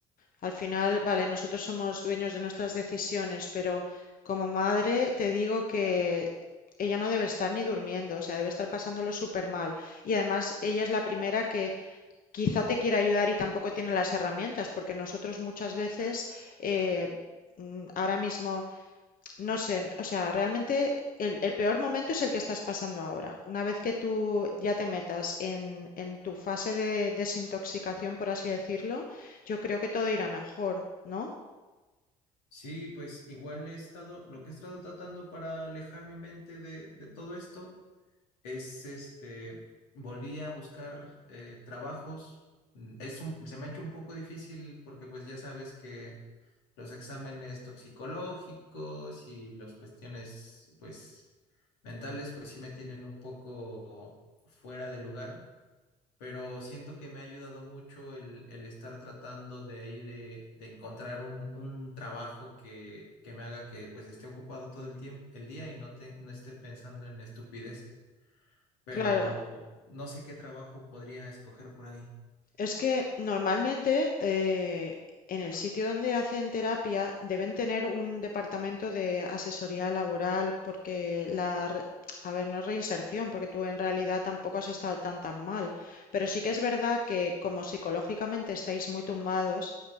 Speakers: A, on the left; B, on the left.
A: Al final, vale, nosotros somos dueños de nuestras decisiones, pero como madre te digo que ella no debe estar ni durmiendo, o sea, debe estar pasándolo súper mal. Y además, ella es la primera que quizá te quiera ayudar y tampoco tiene las herramientas, porque nosotros muchas veces, eh, mm, ahora mismo no sé, o sea, realmente el, el peor momento es el que estás pasando ahora. Una vez que tú ya te metas en, en tu fase de desintoxicación, por así decirlo, yo creo que todo irá mejor, ¿no?
B: Sí, pues igual he estado, lo que he estado tratando para alejar mi mente de, de todo esto es este, volví a buscar eh, trabajos. Mm, Es un- se me ha hecho un poco difícil porque pues ya sabes que los exámenes toxicológicos y las cuestiones pues mentales pues sí me tienen un poco fuera de lugar pero siento que me ha ayudado mucho el, el estar tratando de ahí de, de encontrar un, un trabajo que, que me haga que pues esté ocupado todo el tiempo, el día y no, te- no esté pensando en estupideces, pero
A: Claro.
B: no sé qué trabajo podría escoger por ahí.
A: Es que normalmente eh, en el sitio donde hacen terapia deben tener un departamento de asesoría laboral porque la... re- A ver, no es reinserción, porque tú en realidad tampoco has estado tan tan mal, pero sí que es verdad que como psicológicamente estáis muy tumbados,